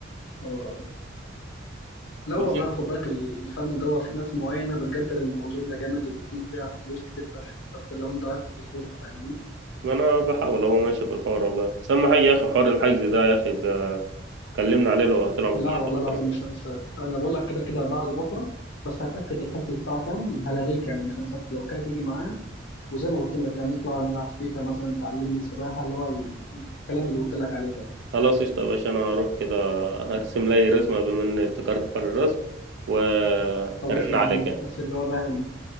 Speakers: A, on the left; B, on the right.
A: أو... لا والله
B: بس انت
A: خد بالك الفن ده هو في ناس معينة بتقدر الموضوع ده جامد وبيكون فيها فلوس كتير فشخ بس لو أنت عرفت تظبطها فاهمني
B: انا بحاول اهو ماشي في الحوار والله بس اهم حاجه يا اخي حوار الحجز ده يا اخي بقى كلمنا عليه لو هتلعبوا
A: لا
B: بجد
A: والله
B: بكره
A: العظيم مش هنساك أنا بقول لك كده كده بعد بكرة بس هتأكد الحجز الساعة كام وهلغيك يعني مش هنساك لو كده تيجي معايا وزي ما قلت لك هنطلع نلعب فيفا مثلا تعلمني السباحة اللي هو الكلام اللي قلت لك عليه ده
B: خلاص قشطه يا باشا انا اروح كده <laughs> هرسم لي رسمه بما اني افتكرت حوار الرسم وارن
A: خلاص يا
B: عليك
A: عم
B: يعني
A: بس اللي هو بقى